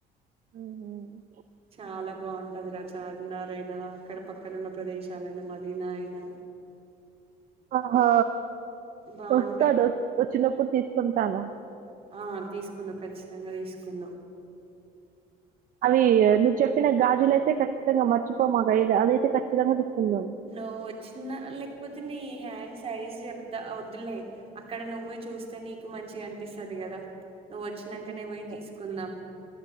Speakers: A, on the right; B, on the right.
A: మ్మ్ హ్మ్
B: చాలా బాగుంటది రా చార్మినార్ అయినా అక్కడ పక్కన ఉన్న ప్రదేశాలయినా మదీనా అయినా
A: ఆహా
B: బాగుంటాయి
A: వస్తాడు వచ్చినప్పుడు తీ తిప్పుతాను
B: ఆ తీసుకున్న ఖచ్చితంగా తీసుకున్న
A: అవి నువ్వు చెప్పిన గాజు గాజుల అయితే ఖచ్చితంగా మర్చపోమాక అది అదైతే ఖచ్చితంగా తీసుకుందాం
B: నువ్వు వచ్చిన లేకపోతే నీ హ్యాండ్స్ సైజ్ చెప్తా వద్దులే అక్కడ నువ్వే చూస్తే నీకు మంచి అనిపిస్తుది కదా నేను నువ్వు వచ్చినాకనే
A: అవును.
B: పోయి తీసుకుందాం